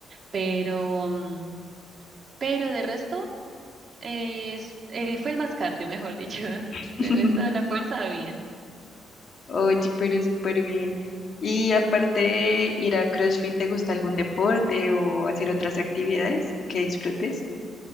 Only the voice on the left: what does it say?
<laughs>
Oye, pero súper bien. Y aparte de ir a CrossFit, ¿te gusta algún deporte o hacer otras actividades que disfrutes?